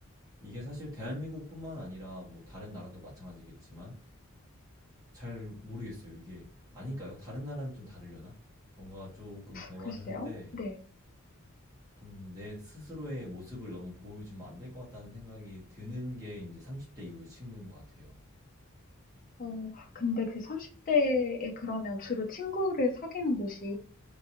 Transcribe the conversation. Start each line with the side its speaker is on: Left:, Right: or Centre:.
Right: 이게 사실 대한민국뿐만 아니라 뭐 다른 나라도 마찬가지겠지만 잘 모르겠어요. 이게 아닌가요? 다른 나라는 좀 다르려나? 뭔가 조금 대화를
Left: 글쎄요.
Right: 할 어, 때
Left: 네.
Right: 좀 내 스스로의 모습을 너무 보여주면 안 될 것 같다는 생각이 드는 게 이제30대 이후의 친구인 것 같아요.
Left: 어, 근데 그 30대에 그러면 주로 친구를 사귀는 곳이